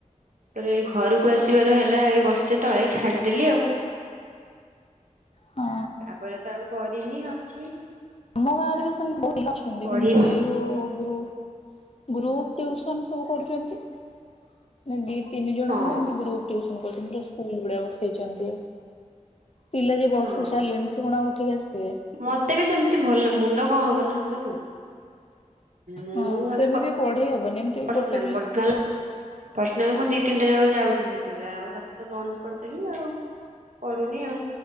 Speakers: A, on the right; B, on the left.
A: ତାପରେ ଏଇ ଘରକୁ ଆସିବାର ହେଲା ଏ ବର୍ଷେ ତଳେ ଛାଡିଦେଲି ଆଉ।
B: ହଁ
A: ତାପରେ ତ ଆଉ କରିନି ଅଛି।
B: ଆମ ଗାଁରେ ବି ସେମିତି ବହୁତ ପିଲା ଅଛନ୍ତି
A: ପଢିବି
B: କିନ୍ତୁ ଏଇ ଯୋଉ ଗ୍ରୁ ଗ୍ରୁପ ଟିଉସନ ସବୁ କରୁଛନ୍ତି ଏନେ ଦି ତିନି ଜଣ
A: ହଁ
B: ଖଣ୍ଡେ ଏମତି ଗ୍ରୁପ ଟିଉସନ କରୁଛନ୍ତି ପୁରା ସ୍କୁଲ ଭଳିଆ ବସେଇଛନ୍ତି। ପିଲା ଯିଏ ବସି
A: ହଁ।
B: ସାରିଲେଣି ସେ କଣ ଆଉ ଉଠିକି ଆସିବେ?
A: ମତେ ବି ସେମିତି ଭଲ ମୁଣ୍ଡ କଣ ହବ ନା ସେ ସବୁ। ମୁଁ
B: ହଁ
A: ଏବେ
B: ସେମିତି
A: ପ
B: ପଢେଇ ହବନି ଏମିତି
A: ପର୍ସନାଲ
B: ଗୋଟେ ପିଲା
A: ପର୍ସନାଲ ପର୍ସନାଲ ମୁଁ ଦିଇ ତିନିଟା ଜାଗା କୁ ଯାଉଥିଲି ସେତିକିବେଳେ ଆଉ ତାପରେ ତ ବନ୍ଦ କରିଦେଲି ଆଉ। କରୁନି ଆଉ।